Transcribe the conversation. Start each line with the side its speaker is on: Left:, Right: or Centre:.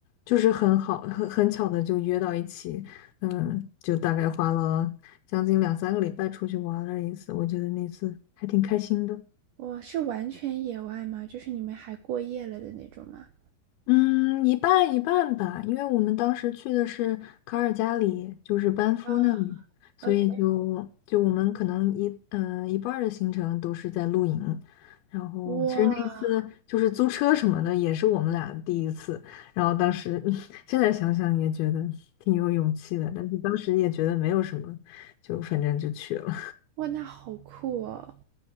Left: 就是很好，很很巧的就约到一起，嗯，就大概花了将近两三个礼拜出去玩了一次，我觉得那次还挺开心的。
Right: 我是完全野外吗？就是你们还过夜了的那种吗？
Left: 嗯，一半一半吧，因为我们当时去的是卡尔加里，就是班夫那里，
Right: 啊
Left: 所以就就我们可能一嗯、
Right: ，OK，
Left: 呃、一半儿的行程都是在露营，然后其实那一次就是租车什么的也是我们俩第一次，
Right: 哇，
Left: 然后当时 <laughs> 现在想想也觉得挺有勇气的，但是当时也觉得没有什么，就反正就去了。
Right: 哇，那好酷哦！